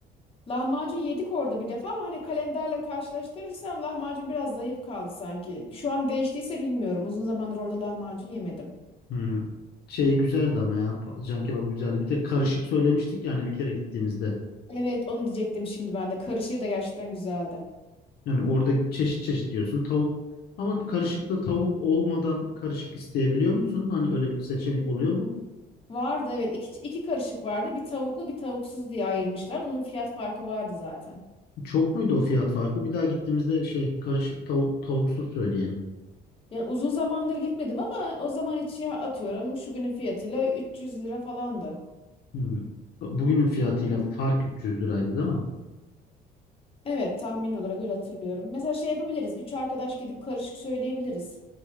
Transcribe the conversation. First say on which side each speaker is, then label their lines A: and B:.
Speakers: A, on the left; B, on the left.
A: lahmacun yedik orada bir defa ama hani kalenderle karşılaştırırsam lahmacun biraz zayıf kaldı sanki. Şu an değiştiyse bilmiyorum. Uzun zamandır orada lahmacun yemedim.
B: Hmm. Şey güzeldi ama ya. pa- Can kebabı güzeldi. Bir de karışık söylemiştik yani bir kere gittiğimizde.
A: Evet onu diyecektim şimdi ben de. Karışığı da gerçekten güzeldi.
B: Yani orada çeşit çeşit diyorsun. Tavuk ama karışıkta tavuk olmadan karışık isteyebiliyor musun? Hani öyle bir seçenek oluyor mu?
A: Vardı evet iki, iki karışık vardı. Bir tavuklu bir tavuksuz diye ayırmışlardı. Onun fiyat farkı vardı zaten.
B: Çok muydu o fiyat farkı? Bir daha gittiğimizde şey karışık tavuk tavuksuz söyleyelim.
A: Yani uzun zamandır gitmedim ama o zaman içi atıyorum şu günün fiyatıyla 300 lira falandı.
B: Hmm. Bugünün fiyatıyla fark 300 liraydı değil mi?
A: Evet tahmin olarak öyle hatırlıyorum. Mesela şey yapabiliriz. Üç arkadaş gidip karışık söyleyebiliriz.